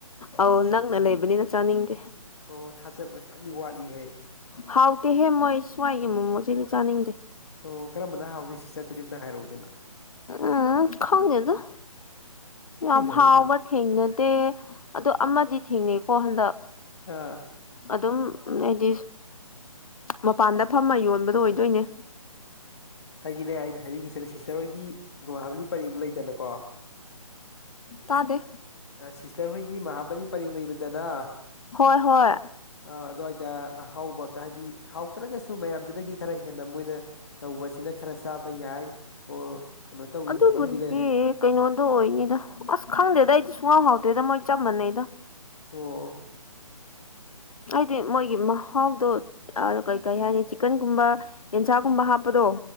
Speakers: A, on the left; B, on the left.
A: ꯑꯧ ꯅꯛꯅ ꯂꯩꯕꯅꯤꯅ ꯆꯥꯅꯤꯡꯗꯦ
B: ꯑꯣ ꯊꯥꯖꯕ ꯈꯤꯇꯪꯗꯤ ꯋꯥꯠꯂꯤ ꯍꯥꯏ
A: ꯍꯥꯎꯇꯦꯍꯦ ꯃꯣꯏ ꯁ꯭ꯋꯥꯏꯒꯤ ꯃꯣꯃꯣꯁꯤꯗꯤ ꯆꯥꯅꯤꯡꯗꯦ
B: ꯑꯣ ꯀꯔꯝꯕꯅ ꯍꯥꯎꯒꯦ ꯁꯤꯁꯇꯔꯗꯗꯤ ꯑꯝꯇ ꯍꯥꯏꯔꯛꯎꯗꯅ
A: ꯎꯝ ꯈꯪꯗꯦ ꯑꯗꯨ ꯌ
B: ꯀꯩꯅꯣ
A: ꯍꯥꯎꯕ
B: ꯍꯥꯏꯁꯦ
A: ꯊꯦꯡꯅꯗꯦ ꯑꯗꯣ ꯑꯃꯗꯤ ꯊꯦꯡꯅꯩꯀꯣ ꯍꯟꯗꯛ
B: ꯑꯥ
A: ꯑꯗꯨꯝ ꯍꯥꯏꯗꯤ ꯃꯄꯥꯟꯗ ꯐꯝꯃ ꯌꯣꯟꯕꯗꯣ ꯑꯣꯏꯗꯣꯏꯅꯦ
B: ꯍꯥꯏꯗꯤꯅꯦ ꯑꯩꯅ ꯍꯥꯏꯅꯤꯡꯉꯤꯁꯤꯅꯦ ꯁꯤꯁꯇꯔ ꯍꯣꯏꯒꯤ ꯒꯨꯍꯥꯕꯂꯤ ꯄꯔꯦꯡ ꯂꯩꯗꯅꯀꯣ
A: ꯇꯥꯗ
B: ꯁꯤꯁꯇꯔ ꯍꯣꯏꯒꯤ ꯃꯍꯥꯕꯔꯤ ꯄꯔꯦꯡ ꯂꯩꯕꯗꯅ
A: ꯍꯣꯏ ꯍꯣꯏ
B: ꯑ ꯑꯗꯨꯋꯥꯏꯗ ꯑꯍꯥꯎꯕꯒ ꯍꯥꯏꯗꯤ ꯍꯥꯎꯇ꯭ꯔꯒꯁꯨ ꯃꯌꯥꯝꯗꯨꯗꯒꯤ ꯈꯔ ꯍꯦꯟꯅ ꯃꯣꯏꯅ ꯇꯧꯕꯁꯤꯅ ꯈꯔ ꯆꯥꯕ ꯌꯥꯏ ꯑꯣꯔ ꯀꯩꯅꯣ ꯇꯧꯏ
A: ꯑꯗꯨꯗ
B: ꯍꯥꯏꯕ ꯑꯃꯗꯤ
A: ꯃꯗꯦ
B: ꯂꯩꯔꯦ
A: ꯀꯩꯅꯣꯗꯣ ꯑꯣꯏꯅꯤꯗ ꯑꯁ ꯈꯪꯗꯦꯗ ꯑꯩꯗꯤ ꯁꯨꯡꯒꯥꯎ ꯍꯥꯎꯗꯦꯗ ꯃꯣꯏ ꯆꯞ ꯃꯥꯟꯅꯩꯗ
B: ꯑꯣ
A: ꯍꯥꯏꯗꯤ ꯃꯣꯏꯒꯤ ꯃꯍꯥꯎꯗꯣ ꯀꯩ ꯀꯩ ꯍꯥꯏꯅꯤ ꯆꯤꯛꯀꯟꯒꯨꯝꯕ ꯌꯦꯟꯁꯥꯒꯨꯝꯕ ꯍꯥꯞꯄꯗꯣ